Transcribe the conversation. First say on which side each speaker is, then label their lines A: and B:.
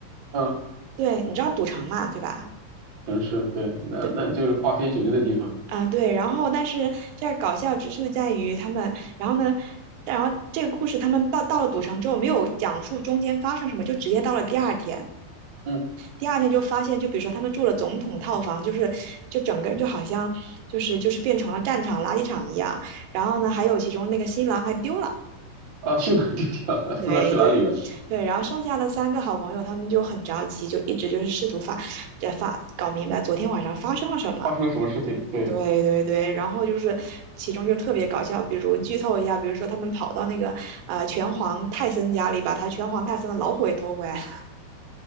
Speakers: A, on the right; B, on the right.
A: 嗯，
B: 对，你知道赌城嘛，对吧？
A: 城市，对，那那就是花天酒地的地方。
B: 对，啊、对，然后但是这儿搞笑之处在于他们，然后呢，然后这个故事他们到到了赌城之后，没有讲述中间发生什么，就直接到了第二天，
A: 嗯，
B: 第二天就发现，就比如说他们住了总统套房，就是就整个就好像就是就是变成了战场垃圾场一样，然后呢，还有其中那个新郎还丢了。
A: 啊，去哪儿丢掉了？
B: 对对对，
A: 不知道去哪里了，
B: 然后剩下的三个好朋友，他们就很着急，就一直就是试图发，呃发搞明白昨天晚上发生了什么。
A: 发生了什么事情？对，
B: 对对对，然后就是其中就特别搞笑，比如剧透一下，比如说他们跑到那个呃拳皇泰森家里，把他拳皇泰森的老虎给偷回来了。